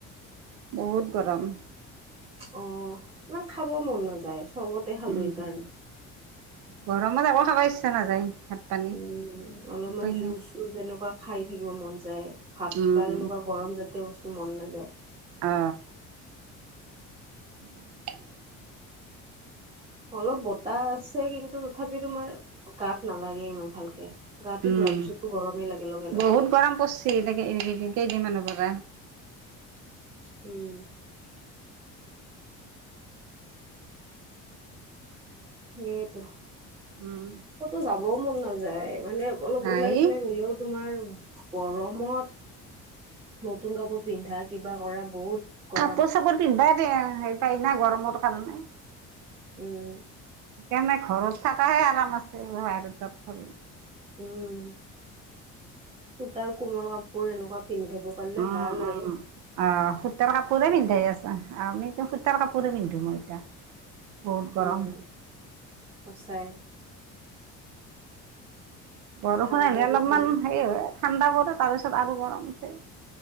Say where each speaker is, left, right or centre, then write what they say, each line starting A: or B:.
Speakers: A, on the right (about 75°); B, on the right (about 20°).
A: বহুত গৰম।
B: অ ইমান খাব মন নাযায়। চৰ্বতে খালো
A: উম,
B: সেইকাৰণে
A: গৰমত একো খাব ইচ্ছা নাযায়। পানী
B: উম অলপমান
A: উপায়
B: জুচ
A: নাই
B: চুজ এনেকুৱা খাই থাকিব মন যায়। ভাত
A: উম
B: বা এনেকুৱা গৰম জাতীয় বস্তু মন নাযায়।
A: অ <inaudible>
B: অলপ বতাহ আছে কিন্তু তথাপিও তোমাৰ গাত নালাগে ইমান ভালকে। গাটো
A: উম
B: ধোৱাৰ পিছতো গৰমেই লাগে লগে লগে।
A: বহুত গৰম প ৰিছি এ কেইদিনমানৰ পৰা।
B: উম সেয়েইটো
A: উম
B: ক'তো যাবও মন নাযায় মানে অলপ
A: নাই
B: ওলাই চোলাই গ'লেও তোমাৰ গৰমত নতুন কাপোৰ পিন্ধা, কিবা কৰা বহুত গৰম।
A: কাপোৰ চাপোৰ পিন্ধাই <unintelligible> গৰমৰ কাৰণে।
B: উম।
A: সেইকাৰণে ঘৰত থকাহে আৰাম আছে, <unintelligible>
B: উম, সূতাৰ কোমল কাপোৰ, এনেকুৱা পিন্ধি থাকিব পাৰিলে
A: উম,
B: ভাল আৰু
A: উম। অ, সূতাৰ কাপুৰে পিন্ধাই আছা, আমিটো সূতাৰ কাপুৰে পিন্ধো মই এতিয়া। বহুত গৰম।
B: উম সঁচাই।
A: বৰষুণ
B: কথা ক'ব
A: আহিলে
B: গৈছিল
A: অলপমান হেৰি হয়, ঠাণ্ডা পৰে তাৰপিছত আৰু গৰম উঠে।